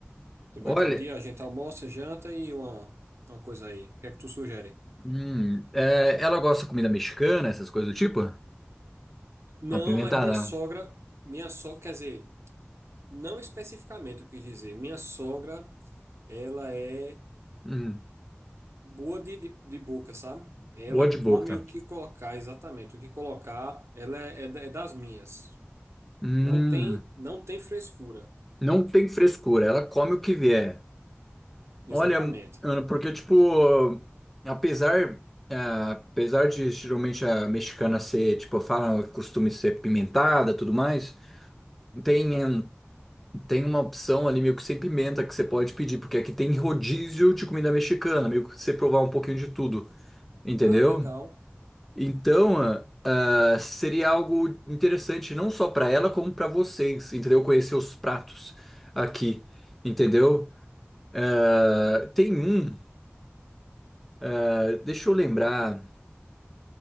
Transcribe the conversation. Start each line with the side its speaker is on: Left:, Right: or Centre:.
Right: Vai
Centre: Olha,
Right: estar o dia, a gente almoça, janta e uma, uma coisa aí. O que é que tu sugere?
Centre: hum, é, ela gosta de comida mexicana, essas coisas do tipo?
Right: Não,
Centre: Apimentada.
Right: mas minha sogra. Minha sogra, quer dizer, não especificamente eu quis dizer. Minha sogra, ela é
Centre: Hum,
Right: boa de, de, de boca, sabe? Ela
Centre: boa
Right: come
Centre: de boca.
Right: o que colocar, exatamente. O que colocar, ela é, é da- é das minhas.
Centre: Hum,
Right: Não tem, não tem frescura.
Centre: não tem frescura, ela come o que vier.
Right: Exatamente.
Centre: Olha, Ana, porque, tipo, apesar, ah, apesar de geralmente a mexicana ser, tipo, fala, costume ser pimentada, tudo mais, tem, hum, tem uma opção ali meio que sem pimenta que você pode pedir, porque aqui tem rodízio de comida mexicana, meio que você provar um pouquinho de tudo, entendeu?
Right: Ah, legal.
Centre: Então, ah, ah, seria algo interessante não só para ela, como para vocês, entendeu? Conhecer os pratos aqui, entendeu? Ah, tem um, ah, deixa eu lembrar,